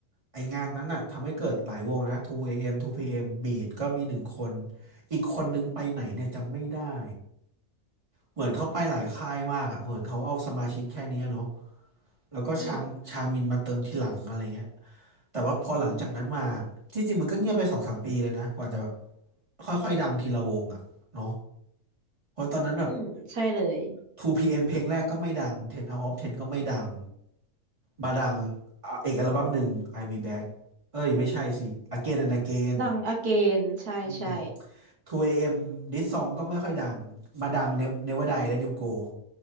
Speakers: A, on the right; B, on the right.
A: ไองานนั้นน่ะทำให้เกิดหลายวงนะ 2AM 2PM Beat ก็มีหนึ่งคนอีกคนนึงไปไหนเนี่ยจำไม่ได้เหมือนเขาไปหลายค่ายมากอะเหมือนเขาเอาสมาชิกแค่เนี้ยเนาะแล้วก็ชางชางมินมาเติมทีหลังอะไรเงี้ย
B: อืม
A: แต่ว่าพอหลังจากนั้นมาที่จริงมันก็เงียบไปสองสามปีเลยนะกว่าจะแบบค่อยๆดังทีละวงอ่ะเนาะเพราะตอนนั้นแบบ
B: อืมใช่เลย
A: 2PM เอ็มเพลงแรกก็ไม่ดัง10 out of 10ก็ไม่ดังมาดังอ่ะเอกอัลบั้มหนึ่ง I Me Back เอ้ยไม่ใช่สิ Again and Again
B: ดังอเกนใช่ใช่
A: อืม 2AM This Song ก็ไม่ค่อยดังมาดัง Ne- Never Die และ You Go